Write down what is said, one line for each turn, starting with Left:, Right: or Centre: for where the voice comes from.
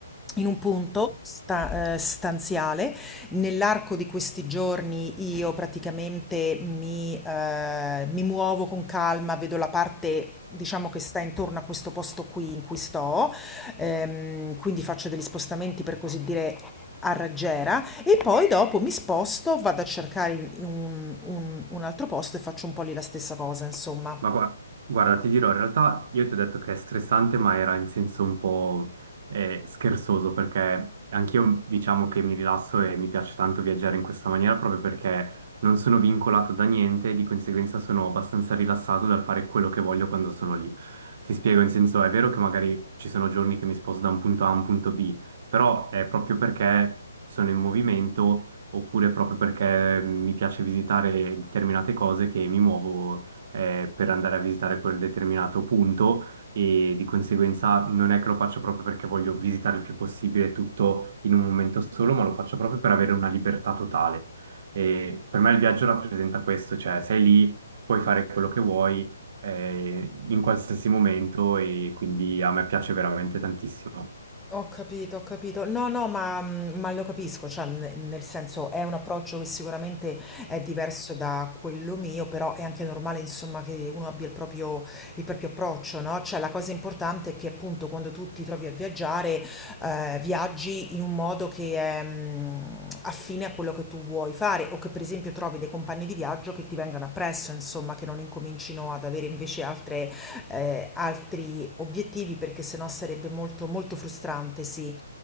Centre: in un punto sta- eh, stanziale. Nell'arco di questi giorni io praticamente mi, eh, mi muovo con calma, vedo la parte. Diciamo che sta intorno a questo posto qui in cui sto, ehm, quindi faccio degli spostamenti per così dire a raggiera e poi dopo mi sposto, vado a cercare in- in un, un un altro posto e faccio un po' lì la stessa cosa, insomma.
Right: Ma gua- guarda, ti dirò, in realtà io ti ho detto che è stressante, ma era in senso un po' eh, scherzoso, perché anch'io diciamo che mi rilasso e mi piace tanto viaggiare in questa maniera proprio perché non sono vincolato da niente, di conseguenza sono abbastanza rilassato dal fare quello che voglio quando sono lì. Ti spiego, in senso, è vero che magari ci sono giorni che mi sposto da un punto A a un punto B, però è proprio perché sono in movimento oppure proprio perché mi piace visitare determinate cose che mi muovo eh, per andare a visitare quel determinato punto e di conseguenza non è che lo faccio proprio perché voglio visitare il più possibile tutto in un momento solo, ma lo faccio proprio per avere una libertà totale. E per me il viaggio rappresenta questo, cioè sei lì, puoi fare quello che vuoi eh, in qualsiasi momento e quindi a me piace veramente tantissimo.
Centre: Ho capito, ho capito. No, no, ma, mh, ma lo capisco, cioè, n- nel senso è un approccio che sicuramente è diverso da quello mio, però è anche normale, insomma, che uno abbia il proprio, il proprio approccio, no? Cioè, la cosa importante è che appunto quando tu ti trovi a viaggiare, eh, viaggi in un modo che è mh, affine a quello che tu vuoi fare, o che per esempio trovi dei compagni di viaggio che ti vengano appresso, insomma, che non incomincino ad avere invece altre ehm, altri obiettivi perché sennò sarebbe molto, molto frustrante, sì.